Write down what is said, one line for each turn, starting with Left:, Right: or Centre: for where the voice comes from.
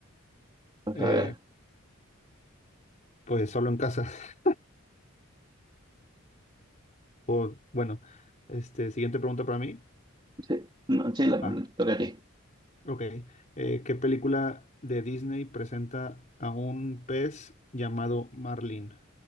Right: Pues
Left: eh,
Right: a ver.
Left: pues solo en casa. <laughs> O, bueno, este, siguiente pregunta para mí.
Right: Sí, no, sí, la,
Left: Ah,
Right: la- te toca a ti.
Left: ok. Eh, ¿qué película de Disney presenta a un pez llamado Marlin?